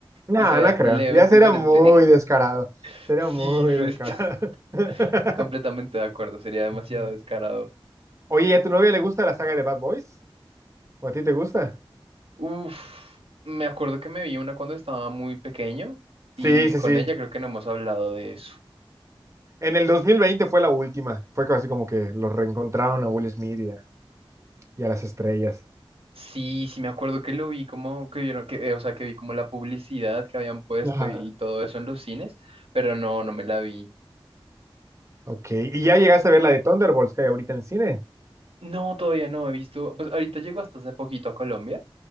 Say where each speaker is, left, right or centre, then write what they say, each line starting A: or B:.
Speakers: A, on the right (about 30°); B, on the right (about 80°).
A: No,
B: y se vea
A: no creo.
B: levemente
A: Ya sería
B: diferente?
A: muy descarado.
B: <laughs>
A: Sería
B: Sí,
A: muy
B: resto.
A: descarado.
B: <laughs>
A: <laughs>
B: Completamente de acuerdo, sería demasiado
A: Ujú.
B: descarado.
A: Oye, ¿y a tu novia le gusta la saga de Bad Boys? ¿O a ti te gusta?
B: Uf, me acuerdo que me vi una cuando estaba muy pequeño y
A: Sí, sí,
B: con
A: sí.
B: ella creo que no hemos hablado de eso.
A: En el 2020 fue la última. Fue casi como que los reencontraron a Will Smith y a, y a las estrellas.
B: Sí, sí me acuerdo que lo vi como que vieron que, eh, o sea, que vi como la publicidad que habían puesto
A: Ajá.
B: y, y todo eso en los cines, pero no, no me la vi.
A: Ok, ¿y ya llegaste a ver la de Thunderbolts que hay ahorita en el cine?
B: No, todavía no he visto, pues ahorita llego hasta hace poquito a Colombia.